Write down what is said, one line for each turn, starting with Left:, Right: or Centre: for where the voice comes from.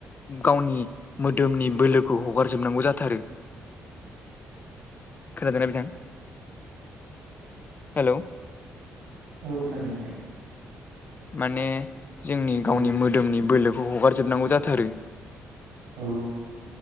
Left: गावनि मोदोमनि बोलो खौ हगारजोबनांगौ जाथारो खोनादोंना बिथां हेलौ
Right: औ खोनादों बिथां।
Left: माने जोंनि
Right: औ
Left: गावनि मोदोमनि बोलोखौ हगारजोबनांगौ जाथारो।
Right: औ